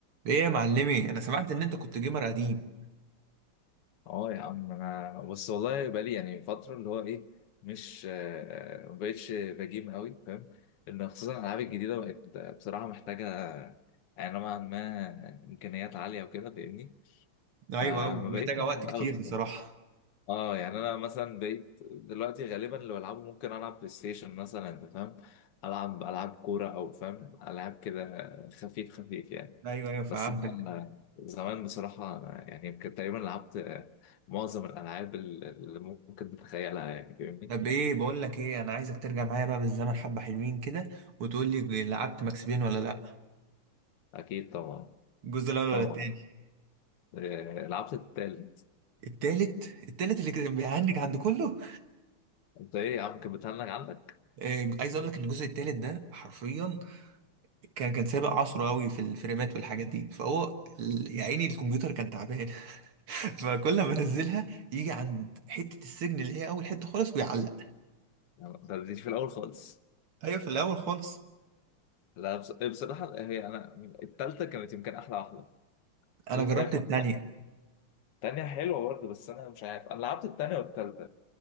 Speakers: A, on the right; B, on the left.
A: ايه يا معلمي انا سمعت ان انت كنت جيمر قديم
B: اه يا عم انا بس والله بقالي يعني فتره اللي هو ايه مش آه، ما بقتش بجيم قوي فاهم لان خصوصا الالعاب الجديده بقت آه، بصراحه محتاجه يعني نوعا ما امكانيات عاليه وكده فاهمني
A: ايوه
B: فما
A: ايوه محتاجه
B: بقيتش بلعب
A: وقت كتير
B: قوي بصراحه
A: بصراحه
B: اه يعني انا مثلا بقيت دلوقتي غالبا اللي بلعبه ممكن العب بلاي ستيشن مثلا انت فاهم العب العاب كوره او فاهم العاب كده خفيف خفيف يعني
A: ايوه ايوه فهمتك
B: بس انا زمان بصراحه أنا يعني يمكن تقريبا لعبت آه، معظم الالعاب ال- اللي ممكن تتخيلها يعني فاهمني
A: طب ايه بقول لك ايه انا عايزك ترجع معايا بقى بالزمن حبه حلوين كده وتقول لي لعبت ماكس بين ولا لا
B: اكيد طبعا
A: الجزء الاول ولا
B: طبعا
A: التاني
B: آه، لعبت التالت
A: التالت التالت اللي كان بيعندك عند كله
B: انت ايه يا عم كانت بتهنج عندك
A: إيه عايز اقول لك ان الجزء التالت ده حرفيا كان كان سابق عصره قوي في الفريمات والحاجات دي فهو ال- يا عيني الكمبيوتر كان تعبان <laughs> فكل ما انزلها يجي عند حته السجن اللي هي اول حته خالص ويعلق
B: يعني ما بتديش في الاول خالص
A: ايوه في الاول خالص
B: لا بص- إيه، بصراحه هي انا من- التالته كانت يمكن احلى واحده
A: انا
B: بص
A: جربت
B: هي كانت
A: التانية
B: التانية حلوة برضه بس أنا مش عارف أنا لعبت التانية والتالتة